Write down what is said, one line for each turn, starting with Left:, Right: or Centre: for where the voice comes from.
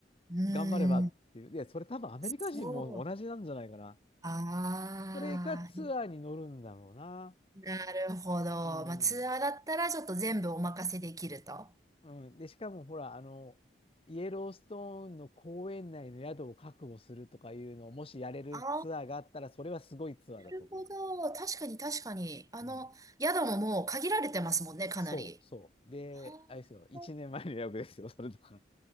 Right: うーん、
Left: 頑張ればっていう。いや、それ多分アメリカ人も同じなんじゃないかな。
Right: そう。ああ、
Left: それかツアーに乗るんだろうな。
Right: なるほど。
Left: うん、
Right: まあ、ツアーだったらちょっと全部お任せできると。
Left: うん。で、しかもほら、あの、イエローストーンの公園内の宿を確保するとかいうのを、もしやれるツアーがあったら、
Right: ああ、
Left: それはすごいツアーだと思います。
Right: なるほど。確かに確かに。あの、
Left: うん
Right: 宿ももう限られてますもんね、かなり。
Left: そう、そう。で、
Right: あ
Left: あれですよ、1年前の予約ですよ、
Right: ー
Left: それとか。